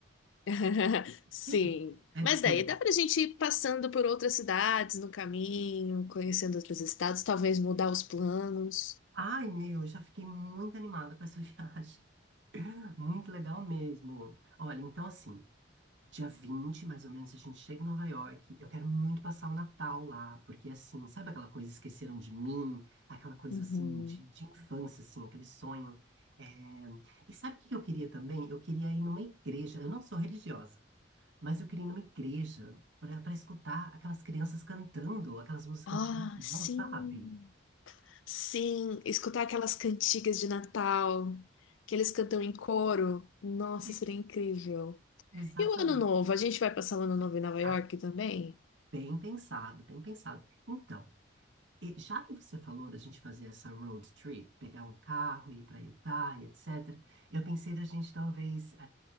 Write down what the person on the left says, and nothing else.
<laughs> Sim.
Mas
daí dá pra gente ir passando por outras cidades no caminho, conhecendo outros estados, talvez mudar os planos.
Uhum.
Ah,
sim.
Sim, escutar aquelas cantigas de Natal que eles cantam em coro. Nossa,
seria incrível.
E o ano novo? A gente vai passar o ano novo em Nova
York também?